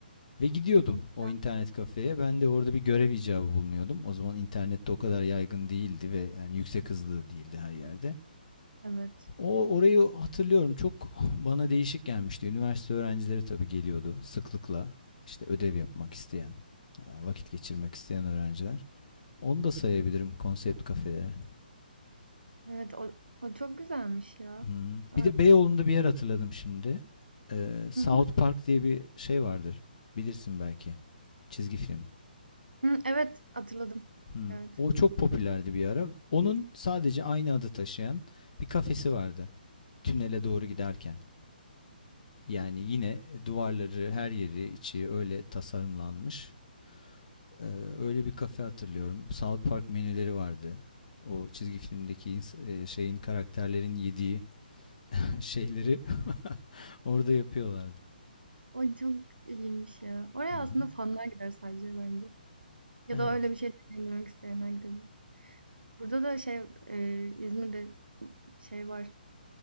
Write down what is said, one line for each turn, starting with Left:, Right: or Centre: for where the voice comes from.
Left: Ve gidiyordum
Right: Çok güzel.
Left: o internet kafeye. Ben de orada bir görev icabı bulunuyordum. O zaman internet de o kadar yaygın değildi ve yani yüksek hızlı değildi her yerde.
Right: Evet.
Left: O orayı hatırlıyorum çok <laughs> bana değişik gelmişti. Üniversite öğrencileri tabii geliyordu sıklıkla. İşte ödev yapmak isteyen, e, vakit geçirmek isteyen öğrenciler. Onu da sayabilirim konsept kafelere.
Right: Evet, o o çok güzelmiş ya.
Left: Hmm.
Right: Evet.
Left: Bir de Beyoğlu'nda bir yer hatırladım şimdi. Ee, South
Right: Hı hı.
Left: Park diye bir şey vardır. Bilirsin belki. Çizgi film.
Right: Hıı, evet, hatırladım.
Left: Hmm.
Right: Evet.
Left: O çok popülerdi bir ara. Onun sadece aynı adı taşıyan bir kafesi vardı. Tünele doğru giderken. Yani yine duvarları, her yeri, içi öyle tasarımlanmış. Ee, öyle bir kafe hatırlıyorum. South Park menüleri vardı. O çizgi filmdeki ins- e, şeyin karakterlerin yediği <laughs> şeyleri <laughs> orada yapıyorlardı.
Right: O çok iyiymiş ya. Oraya
Left: Hı hı.
Right: aslında fanlar gider sadece bence. Ya
Left: Evet,
Right: da öyle bir şey deneyimlemek isteyenler gidebilir. Burada da şey e, İzmir'de şey var.